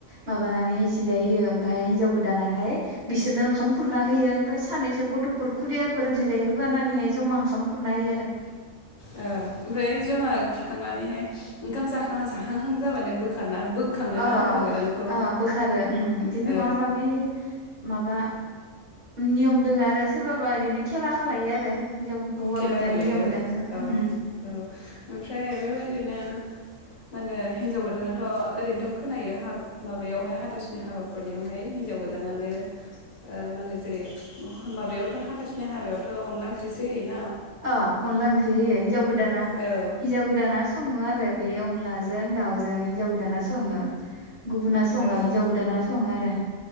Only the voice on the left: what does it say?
ओ ओमफ्राय जमा खुरखांनानैहाय ओंखाम जां जाहांहां जाबानो बोखारना बोखाङोना
हौवा गोदानखौ
औ
खेलागेलेयो
औ औ ओमफ्राय बेबायदिनो <unintelligible> मा होनो हिन्जाव गोदानाथ' आरैनो खोनायो माबायाव हाथा सुनि हाबा खुरनायव हिन्जाव गोदानानो ओ माहोनो जेरै माबायावथ हाथासुनि हाबायावथ अनला ओंख्रिसो होयो
औ
औ